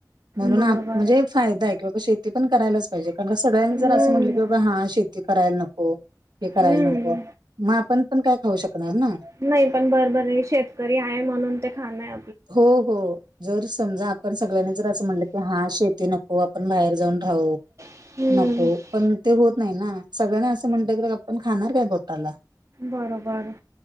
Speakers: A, on the right; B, on the right.
A: म्हणून
B: बरोबर
A: आ म्हणजे फायदाय की बाबा शेती पण करायलाच पाहिजे, कारण का सगळ्यांनी
B: हम्म
A: जर असं म्हटलं की बा हा शेती करायला नको. हे करायला
B: हम्म
A: नको. मग आपण पण काय खाऊ शकणार ना.
B: नाही पण बरबरे. शेतकरी आहे म्हणून ते खाणंय.
A: हो हो जर समजा आपण सगळ्यांनी जर असं म्हटलं की हा शेती नक् को. आपण बाहेर जाऊन राहू.
B: हम्म
A: नको. पण ते होत नाही ना. सगळ्यांना असं म्हणते क आपण खाणार काय पोटाला?
B: बरोबर.